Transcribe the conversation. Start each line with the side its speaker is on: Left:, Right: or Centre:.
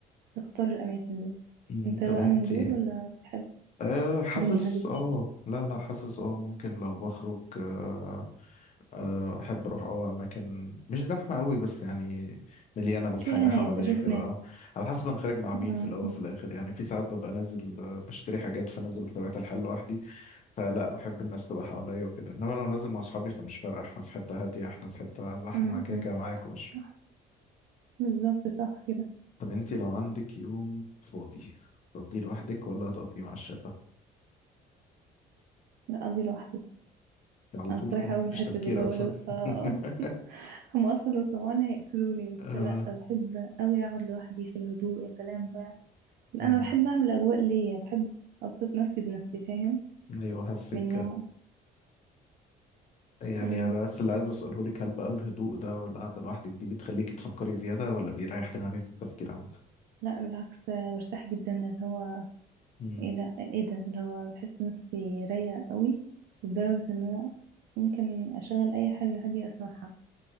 Right: بتختار الأماكن دي
Left: مم،
Right: انت
Left: طب
Right: بقى
Left: انت
Right: من دول ولا بتحب
Left: أه حاسس
Right: الدنيا هادية
Left: اه لا لا حاسس اه ممكن لو بخرج أه آه، احب اروح اه اماكن مش زحمه قوي بس يعني مليانه بالحياه
Right: فيها ناس
Left: حواليا
Right: أشوف
Left: كده
Right: ناس
Left: اه على حسب انا خارج مع مين
Right: اه
Left: في الاول
Right: اه
Left: في الاخر يعني في ساعات ببقى نازل آه، بشتري حاجات فنازل بطبيعه الحال لوحدي فلا بحب الناس تبقى حواليا وكده انما لو نازل مع اصحابي فمش فارقه احنا في حته هاديه احنا في حته زحمه
Right: اه
Left: كده
Right: اه
Left: كده
Right: آه.
Left: معاكم
Right: صح بالظبط صح كده
Left: طب انت لو عندك يوم فاضي تقضيه لوحدك ولا تقضيه مع الشلة
Right: لا أقضي لوحدي
Left: يعني على
Right: أنا
Left: طول
Right: صريحة
Left: كده مفيش
Right: أوي في الحتة
Left: تفكير
Right: دي اللي هو
Left: اصلا
Right: لو
Left: <laughs>
Right: آه آه. <laughs> هم أصلا لو سمعوني هيقتلوني بس
Left: آه.
Right: لأ بحب أوي أقعد لوحدي في الهدوء يا سلام بقى لأ،
Left: مم.
Right: أنا بحب أعمل أجواء ليا بحب أبسط نفسي بنفسي فاهم
Left: ايوه حاسك
Right: من نوع
Left: يعني
Right: مم.
Left: انا بس اللي عايز اساله لك هل بقى الهدوء ده والقعده لوحدك دي بتخليكي تفكري زياده ولا بيريح دماغك في التفكير عامه
Right: لا بالعكس برتاح جدا اللي هو
Left: امم
Right: ايه ده ايه ده اللي هو بحس نفسي رايقة قوي لدرجة ان انا ممكن اشغل اي حاجة هادية اسمعها